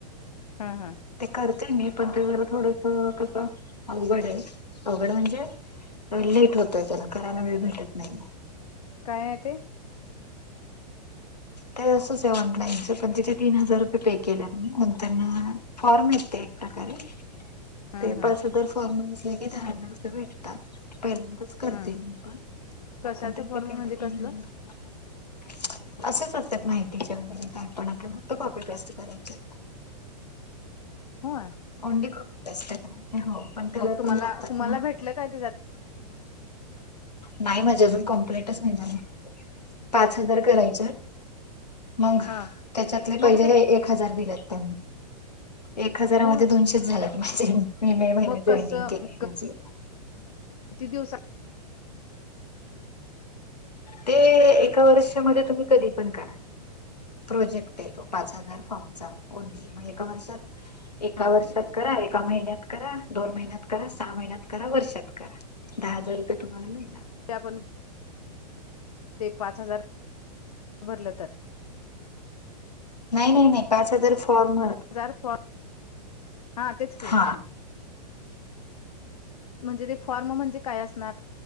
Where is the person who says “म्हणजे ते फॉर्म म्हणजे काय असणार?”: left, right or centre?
Left